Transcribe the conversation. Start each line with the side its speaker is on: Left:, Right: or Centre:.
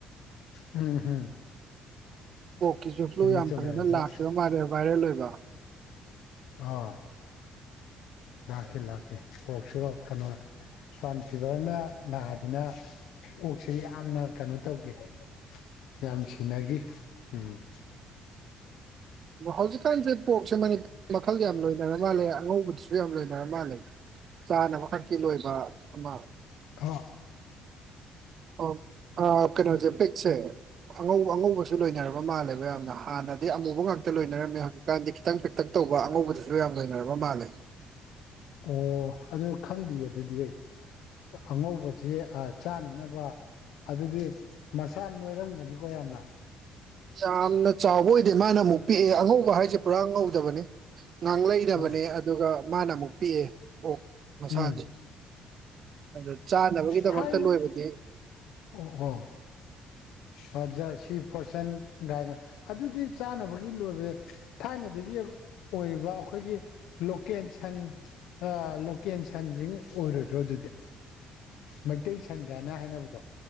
Left: ꯎꯝ ꯍꯨꯝ
Right: ꯄꯣꯔꯛꯀꯤꯁꯨ ꯐ꯭ꯂꯨ ꯌꯥꯝ
Left: ꯆꯨꯝꯃꯦ
Right: ꯐꯖꯅ
Left: ꯑꯗꯨ
Right: ꯂꯥꯛꯈꯤꯕ ꯃꯥꯜꯂꯦ ꯚꯥꯏꯔꯦꯜ ꯑꯣꯏꯕ
Left: ꯑꯥ ꯂꯥꯛꯈꯤ ꯂꯥꯛꯈꯤ ꯄꯣꯛꯁꯨ ꯀꯩꯅꯣ ꯁ꯭ꯋꯥꯏꯟ ꯐꯤꯚꯔꯅ ꯅꯥꯗꯅ ꯑꯣꯛꯁꯤ ꯌꯥꯝꯅ ꯀꯩꯅꯣ ꯇꯧꯈꯤ ꯌꯥꯝ ꯁꯤꯅꯥꯒꯤ ꯎꯝ
Right: ꯗꯣ ꯍꯧꯖꯤꯛꯀꯥꯟꯁꯦ ꯄꯣꯛꯁꯦ ꯃꯅꯤꯄꯨꯔ ꯃꯈꯜ ꯌꯥꯝ ꯂꯣꯏꯅꯔ ꯃꯥꯜꯂꯦ ꯑꯉꯧꯕꯗꯨꯁꯨ ꯁꯨ ꯌꯥꯝ ꯂꯣꯏꯅꯔ ꯃꯥꯂꯦ ꯆꯥꯅꯕꯈꯛꯀꯤ ꯂꯣꯏꯕ ꯑꯃ
Left: ꯍ
Right: ꯑꯣ ꯑ ꯀꯩꯅꯣꯖꯦ ꯄꯤꯛꯁꯦ ꯑꯉꯧꯕ ꯑꯉꯧꯕꯁꯨ ꯂꯣꯏꯅꯔꯕ ꯃꯥꯜꯂꯦꯕ ꯌꯥꯝꯅ ꯍꯥꯟꯅꯗꯤ ꯑꯃꯨꯕ ꯉꯥꯛꯇ ꯂꯣꯏꯅꯔꯝꯃꯦ ꯍꯧ ꯀꯥꯟꯗꯤ ꯈꯤꯇꯪ ꯄꯤꯛꯇꯛ ꯇꯧꯕ ꯑꯉꯧꯕꯗꯨꯁꯨ ꯌꯥꯝ ꯂꯣꯏꯅꯔꯕ ꯃꯥꯜꯂꯦ
Left: ꯑꯣ ꯑꯗꯨ ꯈꯪꯗꯤꯌꯦ ꯑꯗꯨꯗꯤ ꯑꯩ ꯑꯉꯧꯕꯖꯦ ꯑꯥ ꯆꯥꯅꯅꯕ ꯑꯗꯨꯗꯤ ꯃꯁꯥ ꯅꯣꯏꯔꯝꯒꯅꯤꯀꯣ ꯌꯥꯝꯅ
Right: ꯌꯥꯝꯅ ꯆꯥꯎꯕ ꯑꯣꯏꯗꯦ ꯃꯥꯅ ꯑꯃꯨꯛ ꯄꯤꯛꯑꯦ ꯑꯉꯧꯕ ꯍꯥꯏꯁꯦ ꯄꯨꯔꯥ ꯉꯧꯗꯕꯅꯤ ꯉꯥꯡꯂꯩ ꯅꯕꯅꯦ
Left: ꯑꯣ
Right: ꯑꯗꯨꯒ ꯃꯥꯅ ꯑꯃꯨꯛ ꯄꯤꯛꯑꯦ ꯑꯣ ꯃꯁꯥꯗꯤ
Left: ꯎꯝ
Right: ꯑꯗꯨ ꯆꯥꯅꯕꯒꯤꯗꯃꯛꯇ
Left: ꯊꯥꯏꯅ
Right: ꯂꯣꯏꯕꯗꯤ
Left: ꯑꯣ ꯑꯣ ꯁꯟ ꯖꯔꯁꯤ ꯐꯣꯔꯁꯟ ꯒꯥꯏꯅꯥ ꯑꯗꯨꯗꯤ ꯆꯥꯅꯕꯒꯤ ꯂꯣꯏꯕꯅꯦ ꯊꯥꯏꯅꯗꯒꯤ ꯑꯣꯏꯔꯤꯕ ꯑꯩꯈꯣꯏꯒꯤ ꯂꯣꯀꯦꯜ ꯁꯟ ꯑꯥ ꯂꯣꯀꯦꯜ ꯁꯟꯁꯤꯡ ꯑꯣꯏꯔꯣꯏꯗ꯭ꯔꯣ ꯑꯗꯨꯗꯤ ꯃꯩꯇꯩ ꯁꯟꯒꯥꯏꯅꯥ ꯍꯥꯏꯅꯕꯗꯣ